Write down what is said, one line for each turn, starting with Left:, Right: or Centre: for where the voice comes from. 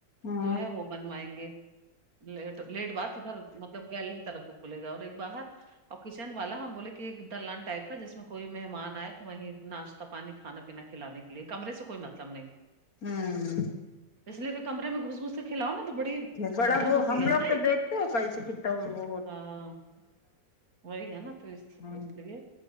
Left: ہ
Right: جو ہے وہ بنوائیں گے لیٹ لیٹ بات ادھر مطلب گیلری طرف کھلے گا اور ایک باہر اور کچن والا ہم بولے کہ ایک دلان ٹائپ کا جس میں کوئی مہمان ائے وہیں ناشتہ پانی کھانا پینا کھلانے کے لیے کمرے سے کوئی مطلب نہیں
Left: ہم
Right: اس لیے پھر کمرے میں گھس گھس سے کلاؤ نا تو بڑی
Left: بڑا
Right: الجھن
Left: وہ
Right: ہوتی
Left: ہم
Right: ہے
Left: لوگ
Right: نی
Left: تو کس کتا وہ وہ
Right: ہاں وہی ہے نا تو اس
Left: ہوں
Right: اس لیے